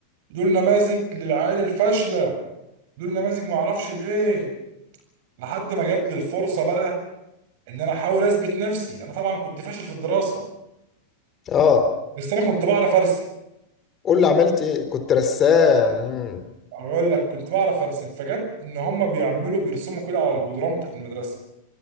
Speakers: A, on the right; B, on the left.
A: دول نماذج للعيال الفاشله دول نماذج ما اعرفش الايه لحد ما جات لي الفرصه بقى ان انا احاول اثبت نفسي انا طبعا كنت فاشل في الدراسه
B: اه
A: بس انا كنت بعرف ارسم
B: قول لي عملت ايه كنت رسام مم.
A: اقول لك كنت بعرف ارسم فجت ان هم بيعملوا بيرسموا كده على الجدران بتاعت المدرسه